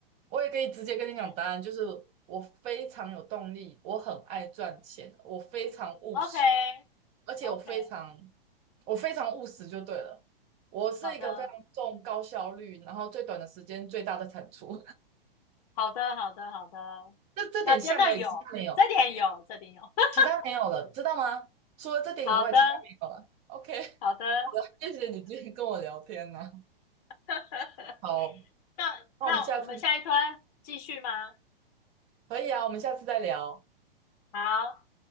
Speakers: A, on the right; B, on the left.
A: 我也可以直接跟你讲答案，
B: 嗯
A: 就是我非常有动力，我很爱赚钱，我非常务实，
B: ，OK
A: 而且我非常
B: OK，
A: 我非常务实就对了，我是一个非常重高效率，
B: 好的，
A: 然后最短的时间最大的产出，
B: 好的，好的，好的。
A: <laughs> 这这点像而已，
B: 那真的有，
A: 其他没有，
B: 这点有，这点有。<laughs>
A: 其他没有了，知道吗？除了这点以外，
B: 好的，
A: 其他没有了。OK，<laughs>
B: 好的。
A: 谢谢你今天跟我聊天呢、
B: <laughs>
A: 好。
B: 那那我们下一段继续吗？
A: 那我们下次可以啊，我们下次再聊。
B: 好。